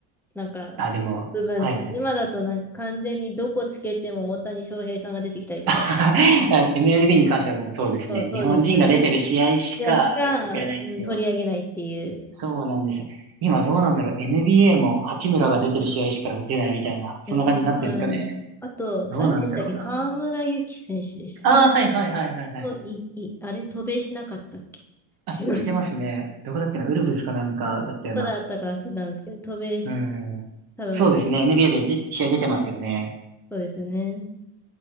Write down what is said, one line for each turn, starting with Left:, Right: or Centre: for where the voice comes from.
Centre: なんか
Right: あ、でも、
Centre: 部分って。
Right: はいはい。
Centre: 今だとなんか完全にどこつけても大谷翔平さんが出てきたりとか。
Right: <laughs> あ MLB に関してはもうそうですね。
Centre: そう、そうですよね。
Right: 日本人が出てる試合しかやってくれないんですよ。
Centre: で、しか、うん取り上げないっていう。
Right: そうなんですよ。今どうなんだろう。NBA も八村が出てる試合しか出ないみたいな、
Centre: うん、
Right: そんな感じになってるんですかね。
Centre: うん。あと、
Right: どうなんだろうな。
Centre: 誰でしたっけ河村勇輝選手でしたっけ
Right: ああ、はいはいはいはいはい。
Centre: もうい、い、あれ、渡米しなかったっけしない
Right: あ、してますね。どこだっけな。ウルブズかなんかだったような。
Centre: どこだったか忘れたんですけど、<laughs> 渡米し、
Right: うん。
Centre: 多分、
Right: そうですね。NBA でで試合出てますよね。
Centre: そうですよね。